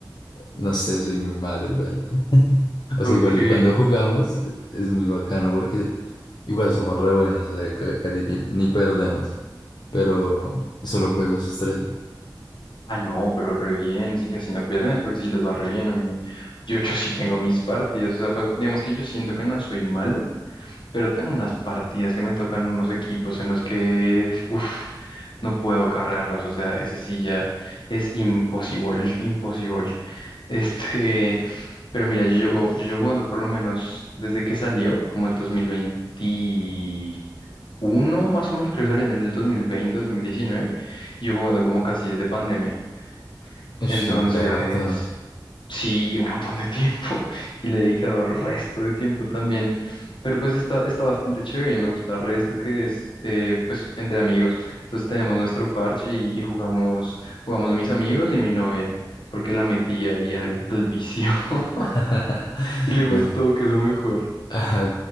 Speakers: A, on the left (about 65°); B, on the left (about 85°).
A: no sé, soy muy malo igual. <laughs> O
B: Ok,
A: sea, igual cuando jugamos es muy bacano porque igual somos re buenos, o sea, ca- casi ni, ni perdemos, pero solo juego esos tres.
B: Ah, no, pero re bien, sí casi no pierden, es porque sí les va re bien a mí. Yo, yo sí tengo mis partidas, o sea, pues, digamos que yo siento que no soy malo, pero tengo unas partidas que me tocan unos equipos en los que, uff, no puedo cargarlos, o sea, ese sí ya es imposible, <laughs> imposible. Este, pero mira, yo llevo, yo llevo jugando por lo menos desde que salió, como el 2021, más o menos, creo que salió en el 2020, 2019, y yo jugando como casi desde pandemia.
A: Ush,
B: Entonces,
A: Siempre harto.
B: sí, un montón de tiempo <laughs> y le he dedicado resto de tiempo también. Pero pues está, está bastante chévere y me gusta resto que es eh, pues entre amigos. Entonces tenemos nuestro parche y, y jugamos, jugamos mis amigos y mi novia, porque la metía ahí al, al vicio <laughs>
A: <laughs>
B: y le gustó,
A: No,
B: que es lo mejor.
A: ay,